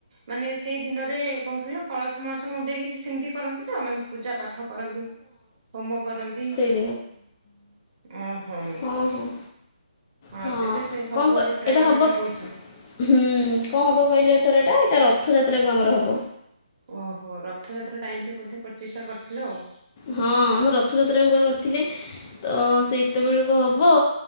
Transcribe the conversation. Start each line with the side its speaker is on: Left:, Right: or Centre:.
Right: ମାନେ ସେଇ ଦିନରେ କଣ କହିଲ କଳସ ମଳସ ମୁଣ୍ଡେଇକି ସେମିତି କରନ୍ତି ତ ମାନେ ପୂଜା ପାଠ କରନ୍ତି, ହୋମ କରନ୍ତି
Left: <unintelligible> ହଉ
Right: ଓହୋ
Left: ହଉ, ହଁ
Right: ଏବେ ତ ସେ ସବୁଆଡେ
Left: କଣ କ
Right: ପ୍ରାୟ
Left: ଏଇଟା ହବ?
Right: ଆଡେ ହଉଛି।
Left: ହୁଁ କଣ ହେବ କହିଲ ଏଥର ଏଟା, ଏଇଟା ରଥଯାତ୍ରାକୁ ଆମର ହେବ।
Right: ଓହୋ ରଥଯାତ୍ରା ଟାଇମରେ ମଧ୍ୟ ପ୍ରତିଷ୍ଟା କରିଥିଲ ଆଉ।
Left: ହଁ ଆମ ରଥଯାତ୍ରାବା କରିଥିଲେ ତ ସେତେବେଳକୁ ହେବ।